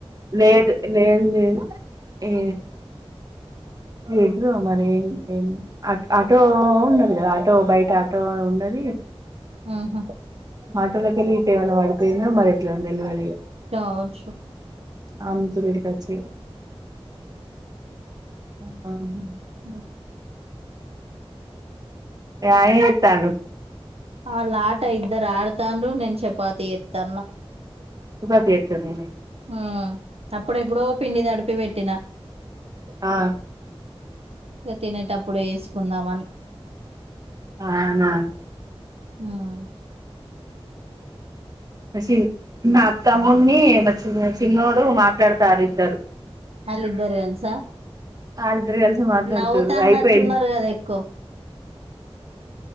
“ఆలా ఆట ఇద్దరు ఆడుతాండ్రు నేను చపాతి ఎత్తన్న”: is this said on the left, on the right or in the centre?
Right